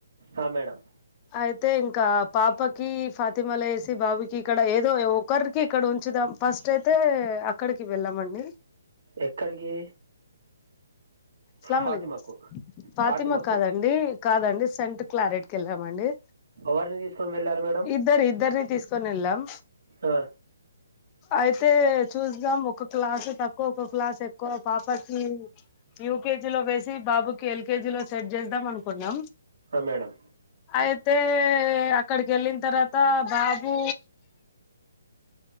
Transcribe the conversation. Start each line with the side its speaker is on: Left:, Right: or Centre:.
Right: ఆ, మేడం
Left: అయితే ఇంకా పాపకి ఫాతిమలో వేసి బాబుకి ఇక్కడ ఏ ఏదో ఒకరికి ఇక్కడ ఉంచుదాం ఫస్ట్ అయితే అక్కడికి వెళ్ళామండి
Right: ఎక్కడికి
Left: సలామలేకుం
Right: ఫాతిమాకు
Left: ఫాతిమ
Right: ఫాతిమాకు
Left: కాదండి కాదండి సెంట్ క్లారెట్కి వెళ్ళామండి
Right: ఎవరిని తీసుకొని వెళ్ళారు మేడం
Left: ఇద్దరు ఇద్దరిని తీసుకొని వెళ్ళాం
Right: ఆ
Left: అయితే చూద్దాం ఒక క్లాసు తక్కువ ఒక క్లాస్ ఎక్కువ పాప హ యూకేజీలో వేసి బాబు ఎల్కేజిలో సెట్ జేద్దాం అనుకున్నా
Right: అ మేడం
Left: అయితే అక్కడికి వెళ్ళిన తరువాత బాబు